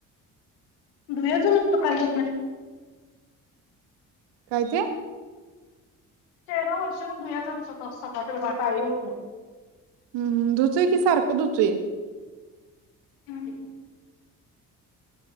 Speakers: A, on the left (about 70°); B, on the right (about 70°).
A: धोयाच नसतं पाजेत ना <unintelligible>
B: काय ते?
A: तेरा वर्षव धुयाचा ना स्वतः <unintelligible> काही होत नाही.
B: हम्-हम्, धुतोय की सारखं धुतोय.
A: अम्म